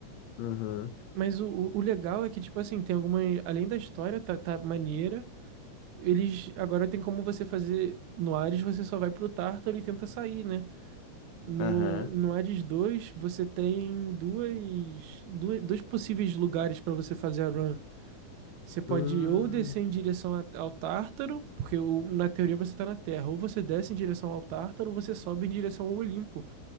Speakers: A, on the left (about 75°); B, on the right (about 75°).
A: Aham.
B: Mas o, o, o legal é que, tipo assim, tem alguma. Além da história, tá, tá maneira. Eles. Agora tem como você fazer. No Ares, você só vai pro Tártaro e tenta sair, né? No,
A: Aham.
B: no Hades 2, você tem duas, duas, dois possíveis lugares para você fazer a run. Você pode
A: Hum.
B: ou descer em direção a- ao Tártaro, porque o- na teoria você está na Terra, ou você desce em direção ao Tártaro, ou você sobe em direção ao Olimpo.